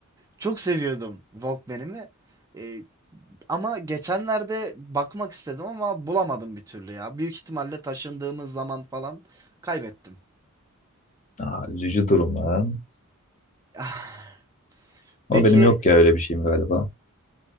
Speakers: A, on the right; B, on the left.
A: Çok seviyordum Walkman'imi. Ee, ama geçenlerde bakmak istedim ama bulamadım bir türlü ya. Büyük ihtimalle taşındığımız zaman falan kaybettim. <laughs>
B: Aa, üzücü durum lan.
A: Ah,
B: Ama
A: Peki
B: benim yok ya öyle bir şeyim galiba.